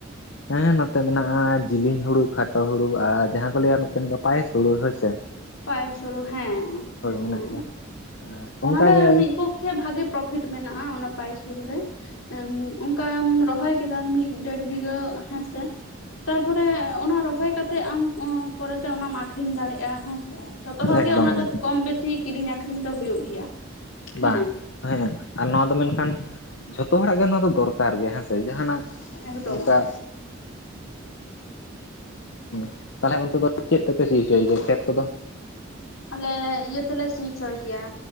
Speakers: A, on the left; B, on the left.
A: ᱦᱮᱸ ᱱᱚᱛᱮ ᱢᱮᱱᱟᱜᱼᱟ ᱡᱮᱞᱮᱧ ᱦᱩᱲᱩ, ᱠᱷᱟᱴᱚ ᱦᱩᱲᱩ ᱟᱨ ᱡᱟᱦᱟᱸ ᱠᱚ ᱞᱟᱹᱭᱟ ᱢᱤᱫᱴᱮᱱ ᱫᱚ ᱯᱟᱭᱮᱥ ᱦᱩᱲᱩ ᱦᱳᱭᱥᱮ
B: ᱯᱟᱭ ᱥᱳᱲᱩ ᱦᱮᱸ ᱦᱮᱸ
A: ᱢᱮᱱᱟᱜ
B: ᱦᱮᱸ
A: ᱜᱮᱭᱟ ᱟᱨ ᱚᱱᱠᱟᱜᱮ
B: ᱚᱱᱟᱨᱮ
A: ᱦᱮᱸ
B: ᱢᱤᱫᱼᱼ ᱯᱚᱠᱠᱷᱮ ᱵᱷᱟᱜᱤ ᱯᱨᱚᱯᱷᱤᱴ ᱢᱮᱱᱟᱜᱼᱟ ᱚᱱᱟ ᱯᱟᱭᱮᱥ ᱦᱩᱲᱩ ᱨᱮ ᱚᱱᱠᱟᱢ ᱨᱚᱦᱚᱭ ᱠᱮᱫᱟ ᱢᱤᱫᱼᱼ ᱫᱮᱲ ᱵᱤᱜᱷᱟᱹ ᱦᱮᱸᱥᱮ ᱛᱟᱨᱯᱚᱨᱮ ᱚᱱᱟ ᱨᱚᱦᱚᱭ ᱠᱟᱛᱮᱜ ᱟᱢᱼᱼ ᱯᱚᱨᱮᱛᱮ ᱚᱱᱟᱢ ᱟᱠᱷᱨᱤᱧ ᱫᱟᱲᱮᱭᱟᱜᱼᱟ ᱦᱮᱸᱥᱮ ᱾ ᱡᱷᱚᱛᱚ ᱦᱚᱲ
A: ᱮᱠᱫᱚᱢ
B: ᱜᱮ ᱚᱱᱟ ᱫᱚ
A: ᱮᱠᱫᱚᱢ
B: ᱠᱚᱢ ᱵᱮᱥᱤ ᱠᱤᱨᱤᱧ ᱟᱠᱷᱨᱤᱧ ᱫᱚ ᱦᱩᱭᱩᱜ ᱜᱮᱭᱟ ᱦᱮᱸ
A: ᱵᱟᱝ ᱾ ᱦᱮᱸ ᱟᱨ ᱱᱚᱣᱟ ᱫᱚ ᱢᱮᱱᱠᱷᱟᱱ ᱡᱷᱚᱛᱚ ᱦᱚᱲᱟᱜ ᱜᱮ ᱱᱚᱣᱟ ᱫᱚᱨᱠᱟᱨ ᱜᱮ ᱦᱮᱸᱥᱮ ᱡᱟᱦᱟᱱᱟᱜ
B: ᱮᱠᱫᱚᱢ
A: ᱚᱱᱠᱟ ᱦᱮᱸ ᱛᱟᱦᱚᱞᱮ ᱚᱱᱛᱮ ᱫᱚ ᱪᱮᱫ ᱥᱤ ᱦᱚᱪᱚᱭ ᱜᱮᱭᱟ ᱠᱷᱮᱛ ᱠᱚᱫᱚ
B: ᱟᱞᱮ ᱤᱭᱟᱹ ᱛᱮᱞᱮ ᱥᱤ ᱦᱚᱪᱚᱭ ᱜᱮᱭᱟ